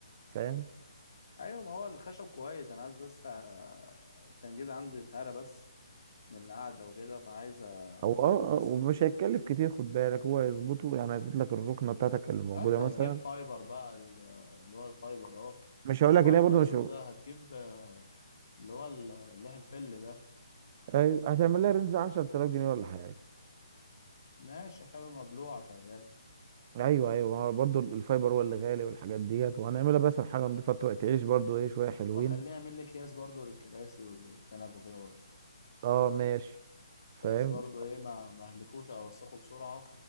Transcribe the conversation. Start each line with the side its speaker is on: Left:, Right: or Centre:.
Right: فاهم
Left: ايوه ما هو الخشب كويس انا عايز بس آه، التنجيد عندي اتهرى بس من القعده وكده فعايز ابدله
Right: هو اه
Left: بس
Right: آه، ومش هيتكلف كتير خد بالك هو هيظبطه يعني هيظبط لك الركنه بتاعتك اللي موجوده
Left: اه أنت هتجيب
Right: مثلا
Left: فايبر بقى ال- اللي هو الفايبر اه
Right: مش هقول
Left: مش
Right: لك
Left: فايبر
Right: ان هي برضه
Left: اسمه
Right: مش هو-
Left: إيه ده هتجيب اللي هو ال- اللوح الفل ده
Right: ايوه هتعمل لها رينج 10000 جنيه ولا حاجه
Left: ماشي حلو مبلوع شغال
Right: ايوه ايوه ما هو برضه الفايبر هو اللي غالي والحاجات ديت وهنعملها بس حاجه نضيفه تعيش برضه ايه شويه حلوين
Left: واخليه يعمل لي اكياس برضو للكراسي والكنب وكده برضو
Right: اه ماشي فاهم
Left: بحيث برضو ايه ما ما اهلكوش او اوسخه بسرعه